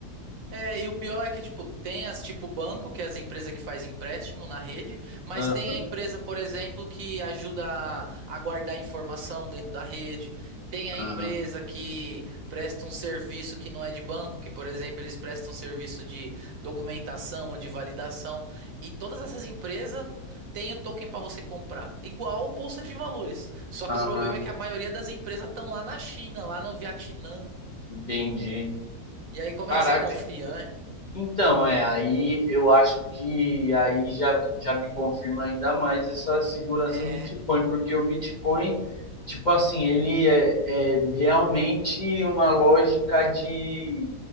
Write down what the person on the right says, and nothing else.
É, e o pior é que, tipo, tem as tipo banco, que é as empresas que faz empréstimo na rede, mas
tem a empresa, por exemplo, que ajuda a, a guardar informação dentro da rede. Tem a
empresa que presta um serviço que não é de banco, que, por exemplo, eles prestam serviço de documentação ou de validação. E todas essas empresas têm o token para você comprar, igual o Bolsa de Valores. Só que
o problema é que a maioria das empresas estão lá na China, lá no Vietnã.
E aí, como
é que você confia, né?
É.